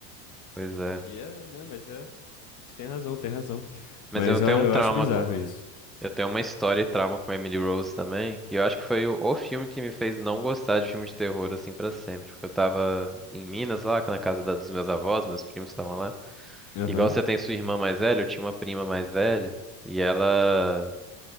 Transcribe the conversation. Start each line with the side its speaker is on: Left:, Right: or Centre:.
Centre: Pois é.
Left: E é, né? Mas é. Você tem razão, tem razão.
Centre: Mas
Left: Mas
Centre: eu tenho
Left: eu, eu
Centre: um trauma
Left: acho bizarro
Centre: com.
Left: isso.
Centre: Eu tenho uma história e trauma com Emily Rose também. E eu acho que foi o, o filme que me fez não gostar de filme de terror assim pra sempre. Porque eu tava em Minas lá, na casa da- dos meus avós, meus primos estavam lá.
Left: Aham.
Centre: Igual você tem sua irmã mais velha, eu tinha uma prima mais velha. E ela